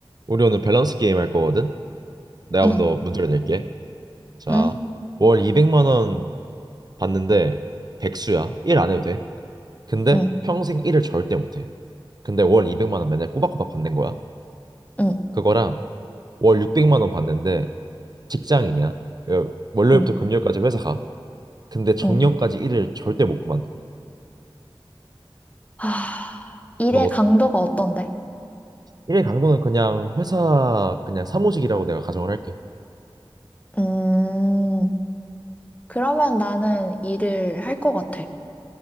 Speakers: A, on the right (about 45°); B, on the left (about 15°).
A: 우리 오늘 밸런스 게임 할 거거든? 내가
B: 응,
A: 먼저 문제를 낼게. 자,
B: 응,
A: 월 200만 원 받는데 백수야. 일 안 해도 돼. 근데
B: 응,
A: 평생 일을 절대 못 해. 근데 월 200만 원 맨날 꼬박꼬박 받는 거야.
B: 응,
A: 그거랑 월 600만 원 받는데 직장인이야. 여- 월요일부터
B: 응,
A: 금요일까지 회사 가. 근데 정년까지
B: 응.
A: 일을 절대 못 그만둬.
B: 하, 일의
A: 너
B: 강도가 어떤데?
A: 일의 강도는 그냥 회사 그냥 사무직이라고 내가 가정을 할게.
B: 음, 그러면 나는 일을 할 것 같아.